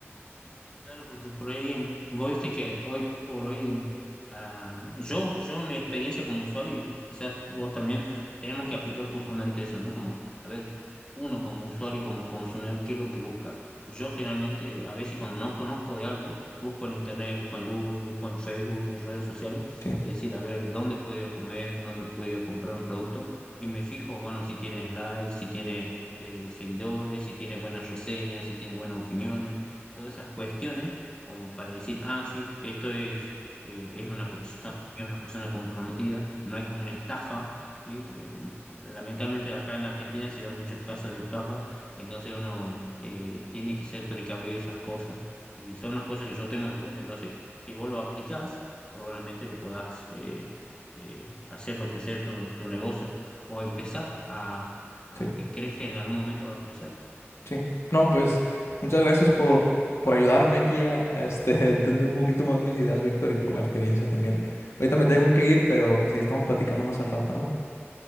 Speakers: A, on the left; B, on the left.
A: Claro, porque por ahí, vos viste que hoy por hoy, ah, yo, yo en mi experiencia como usuario, y quizás vos también, tenemos que aplicar justamente eso, ¿no? Como, a ver, uno como usuario, como consumidor, ¿qué es lo que busca? Yo generalmente, a veces cuando no conozco de algo, busco en internet, busco en Google, busco en Facebook, en redes sociales,
B: Sí,
A: es decir, a ver, ¿dónde puedo ir a comer? ¿Dónde puedo ir a comprar un producto? Y me fijo, bueno, si tiene likes, si tiene eh, seguidores, si tiene buenas reseñas, si tiene buenas opiniones todas esas cuestiones como para decir, ah, sí, esto es, eh, es una persona seria, una persona comprometida, no es una estafa, ¿sí? Eh, Lamentablemente acá en Argentina se dan muchos casos de estafa, entonces uno eh, tiene que ser precavido de esas cosas y son las cosas que yo tengo en cuenta, entonces si vos lo aplicás, probablemente lo puedas eh, eh, hacerlo crecer tu, tu negocio o empezar a, a
B: sí,
A: que crezca en algún momento va a crecer.
B: sí. No, pues muchas gracias por, por ayudarme aquí a, a, este, <laughs> entender un poquito más mis ideas, Víctor, y por la experiencia también. Ahorita me tengo que ir, pero pues ahí estamos platicando más al rato, ¿no?